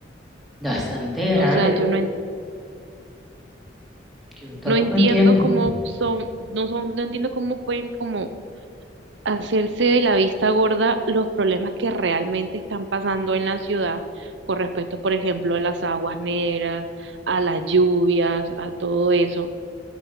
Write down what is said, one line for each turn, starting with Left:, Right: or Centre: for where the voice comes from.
Centre: bastante grande,
Right: O sea, yo no, en-
Centre: yo tampoco
Right: no entiendo
Centre: entiendo.
Right: cómo son, no son, no entiendo cómo pueden como hacerse de la vista gorda los problemas que realmente están pasando en la ciudad con respecto, por ejemplo, a las aguas negras, a las lluvias, a todo eso.